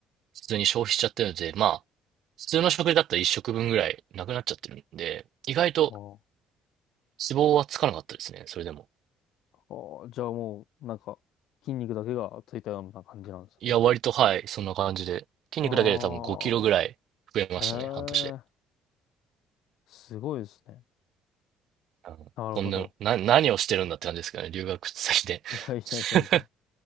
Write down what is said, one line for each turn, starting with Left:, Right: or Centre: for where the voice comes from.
Right: 普通に消費しちゃってるので、まあ、普通の食事だったら1食分ぐらいなくなっちゃってるんで、意外と
Left: あー
Right: 脂肪はつかなかったですね、それでも。
Left: あー。あじゃあもう、なんか、筋肉だけがついたような感じなんですね。
Right: いや、割と、はい、そんな感じで。筋肉だけで多分5キロぐらい増えましたね、
Left: ああ。ええ
Right: 半年で。
Left: すごいですね。
Right: うん、
Left: なるほど。
Right: そんな、な、何をしてるんだって感じですけどね、留学先で。
Left: いやいやいやいや。
Right: <laughs>